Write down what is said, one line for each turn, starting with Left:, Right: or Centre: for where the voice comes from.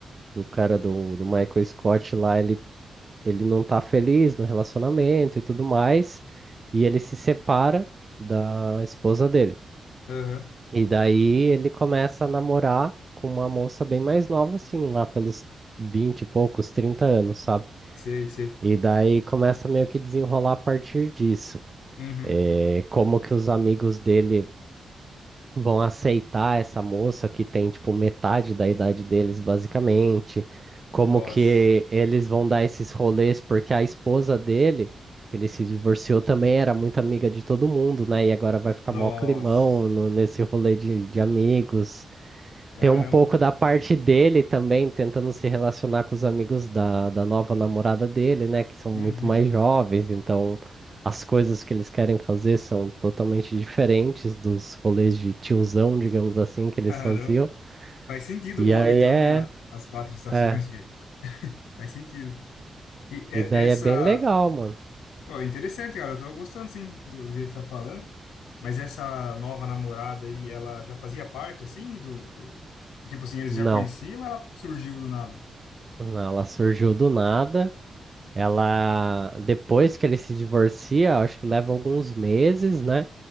Right: do cara do, do Michael Scott lá, ele, ele não tá feliz no relacionamento e tudo mais, e ele se separa da esposa dele.
Left: aham,
Right: E daí ele começa a namorar com uma moça bem mais nova, assim, lá pelos 20 e poucos, 30 anos, sabe?
Left: sei, sei.
Right: E daí começa meio que desenrolar a partir disso.
Left: Uhum.
Right: É, como que os amigos dele vão aceitar essa moça que tem, tipo, metade da idade deles, basicamente. Como
Left: Nossa,
Right: que eles vão dar esses rolês, porque a esposa dele, ele se divorciou também, era muito amiga de todo mundo, né? E agora vai ficar
Left: nossa,
Right: mó climão no- nesse rolê de de amigos.
Left: caramba.
Right: Tem um pouco da parte dele também, tentando se relacionar com os amigos da, da nova namorada dele, né? Que são
Left: Uhum,
Right: muito mais jovens, então as coisas que eles querem fazer são totalmente diferentes dos rolês de tiozão, digamos assim,
Left: <laughs>
Right: que eles
Left: caramba.
Right: faziam.
Left: Faz sentido
Right: E
Left: o nome,
Right: aí
Left: então,
Right: é,
Left: né? As quatro estações
Right: é,
Left: que faz sentido. E é-
Right: e daí
Left: essa,
Right: é bem legal, mano.
Left: pô, é interessante, cara. Eu tô gostando, sim, do jeito que você tá falando. Mas essa nova namorada aí, ela já fazia parte, assim, do, do... Tipo assim, eles
Right: Não,
Left: já conheciam ou ela surgiu do nada?
Right: não, ela surgiu do nada. Ela, depois que ele se divorcia, acho que leva alguns meses, né?